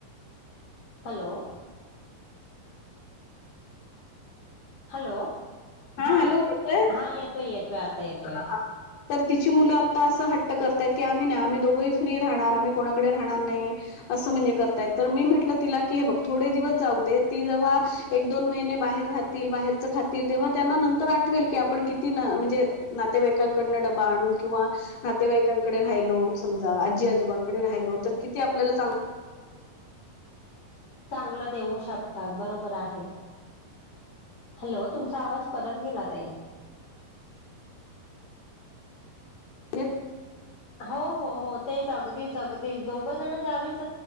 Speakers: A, on the left; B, on the left.
A: हॅलो.... हॅलो, हा.
B: हॅलो येतोय
A: हा.. येतोय-येतोय, आता येतोय.
B: हा हा. तर तिची मुलं आत्ता असं हट्ट करतायत की आम्ही नाही, आम्ही दोघंही फ्री राहणार, आम्ही कोणाकडे राहणार नाही. असं म्हणजे करतायत. तर मी म्हटलं तिला की, हे बघ थोडे दिवस जाऊ दे ती जेव्हा एक-दोन महिने बाहेर राहतील, बाहेरच खातील. तेव्हा त्यांना नंतर आठवेल की, आपण किती म्हणजे नातेवाईकांकडनं डबा आणून, किंवा नातेवाईकांकडे राहिलो समजा आजी आजोबांकडे राहिलो तर किती आपल्याला चांग
A: चांगलं देऊ शकतात. बरोबर आहे. हॅलो, तुमचा आवाज परत गेला ताई.
B: <unintelligible> येतं
A: हो हो हो तेच अगदीच अगदीच दोघंजण ज्यावेळीस